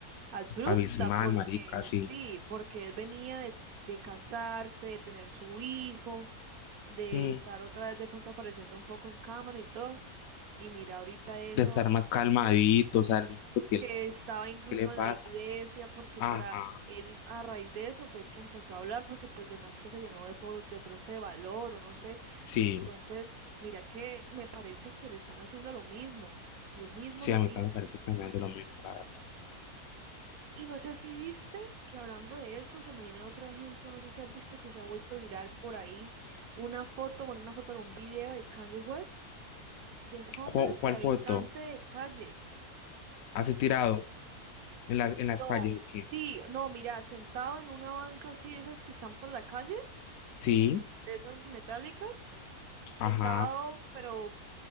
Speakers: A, on the right; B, on the left.
A: abrupta,
B: abismal,
A: porque
B: marica, sí.
A: sí, porque él venía de, de casarse, de tener su hijo, de
B: Mm,
A: estar otra vez de pronto apareciendo un poco en cámara y todo. Y mira ahorita eso
B: de estar más calmadito, o sea, yo siento que
A: que
B: él-
A: estaba incluso
B: ¿qué le pasa?
A: en la iglesia, porque
B: Ajá,
A: para él a raíz de eso fue que empezó a hablar, porque pues de más que se llenó de, po- de pronto de valor o no sé.
B: sí.
A: Entonces, mira que me parece que le están haciendo lo mismo, lo mismo,
B: Sí,
A: lo
B: a
A: mismo.
B: mí también me parece pensando lo mismo, la verdad.
A: Y no sé si viste que hablando de eso, se me viene otro ejemplo, no sé si has visto que se ha vuelto viral por ahí una foto, bueno, una foto en un video de Kanye West, de homeless,
B: ¿Cu- ¿Cuál
A: de habitante
B: foto
A: de calle.
B: has tirado en las, en las
A: No,
B: calles o qué?
A: sí, no, mira, sentado en una banca así, de esas que están por la calle,
B: Sí,
A: de esas metálicas, sentado,
B: ajá,
A: pero